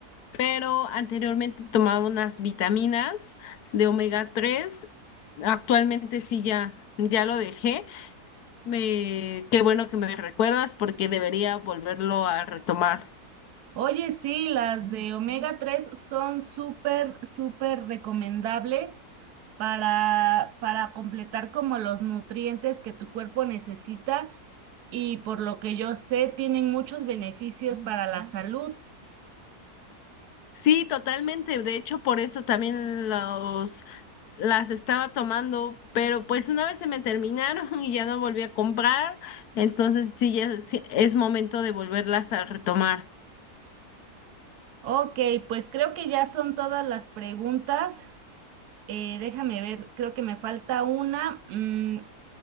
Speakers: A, on the left (about 80°); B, on the right (about 80°).
A: pero anteriormente tomaba unas vitaminas de omega tres Actualmente sí ya, ya lo dejé. Me, qué bueno que me recuerdas porque debería volverlo a retomar.
B: Oye, sí, las de omega 3 son súper, súper recomendables para, para completar como los nutrientes que tu cuerpo necesita y por lo que yo sé, tienen muchos beneficios para la salud.
A: Sí, totalmente. De hecho, por eso también los, las estaba tomando, pero pues una vez se me terminaron <laughs> y ya no volví a comprar, entonces sí, ya sí, es momento de volverlas a retomar.
B: Ok, pues creo que ya son todas las preguntas. Eh, déjame ver, creo que me falta una. Mm,